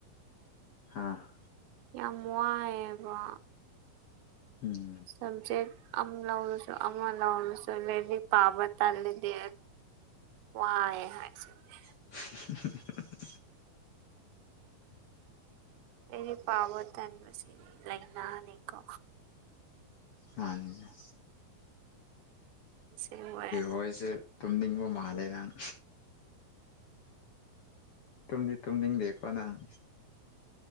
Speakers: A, on the left (about 60°); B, on the right (about 85°).
A: ꯍꯥꯥ
B: ꯌꯥꯝ ꯋꯥꯏꯑꯕ
A: ꯎꯝ
B: ꯁꯝꯖ‌ꯦꯛ ꯑꯝ ꯂꯧꯔꯁꯨ ꯑꯃ ꯂꯧꯔꯁꯨ ꯂꯥꯏꯔꯤꯛ ꯄꯥꯕ ꯇꯜꯂ‌ꯦꯗꯦ ꯋꯥꯏꯑꯦ ꯍꯥꯏꯁꯤꯅꯦ
A: <unintelligible>
B: ꯂꯔꯤꯛ ꯄꯥꯕ ꯇꯅꯕꯁꯤꯗꯤ ꯂꯩꯛꯅꯥꯅꯦꯀꯣ
A: ꯍꯥꯟꯅ
B: ꯁꯤꯡ <unintelligible>
A: ꯈꫭꯏꯁꯦ ꯇꯨꯝꯅꯤꯡꯕ ꯃꯥꯜꯂꯦ ꯅꯪ ꯇꯨꯝꯗꯤ ꯇꯨꯝꯅꯤꯡꯗꯦꯀꯣ ꯅꯪ